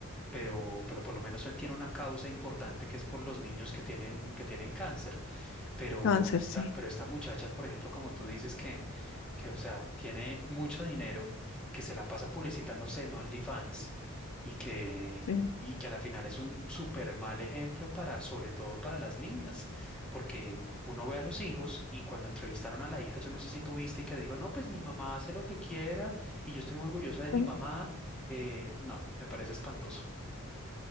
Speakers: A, in the centre; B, on the left.
A: pero, pero por lo menos él tiene una causa importante que es por los niños que tienen, que tienen cáncer, pero
B: Cáncer,
A: esta,
B: sí,
A: pero esta muchacha, por ejemplo, como tú dices, que que, o sea, tiene mucho dinero, que se la pasa publicitándose en OnlyFans y que,
B: sí.
A: y que a la final es un súper mal ejemplo para, sobre todo para las niñas, porque uno ve a los hijos y cuando entrevistaron a la hija, yo no sé si tú viste y que dijo, no, pues mi mamá hace lo que quiera y yo estoy muy orgullosa de mi
B: sí,
A: mamá. eh, no, me parece espantoso.